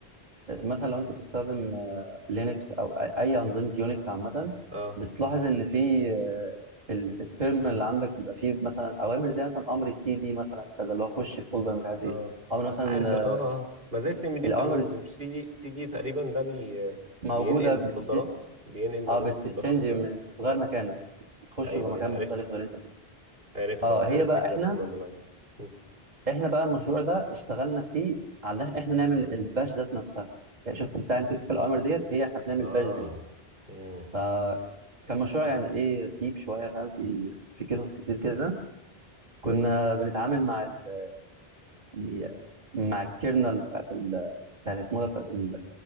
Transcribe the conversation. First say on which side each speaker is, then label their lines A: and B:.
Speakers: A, on the right; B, on the right.
A: آه، مثلا لو انت بتستخدم آه، لينكس او اي أي انظمه يونكس عامه
B: اه
A: بتلاحظ ان في آه، في ال- التيرمينال اللي عندك بيبقى فيه مثلا اوامر زي مثلا امر سي دي مثلا كذا اللي هو خش في فولدر مش عارف ايه
B: اه
A: امر مثلا
B: عارف اه
A: آه،
B: اه ما زي السي ام دي
A: الاوامر
B: بتاع الويندوز مش سي دي سي دي تقريبا ده بي
A: موجوده
B: بينقل
A: بتشي...
B: الفولدرات بينقل ما
A: اه
B: بين
A: بتتشنج
B: الفولدرات وكده
A: من غير
B: اه
A: مكانك بتخش
B: ايوه
A: جوه مكان
B: ايوه عرفته
A: مختلف غير انت فيه
B: عرفت
A: اه
B: اه
A: هي
B: عرفت
A: بقى
B: كده
A: احنا
B: الكوماند لاين مم.
A: احنا بقى المشروع ده اشتغلنا فيه على إن احنا نعمل الباش ذات نفسها يعني شفت بتاع انت في الاوامر ديت هي احنا بنعمل
B: اه
A: باش ديت
B: مم.
A: ف كان مشروع يعني ايه ديب شويه فاهم في في قصص كتير كده كنا
B: مم.
A: بنتعامل مع ال... يعني مع الكيرنل بتاعت ال... بتاعت اسمه ده بتاعت ال-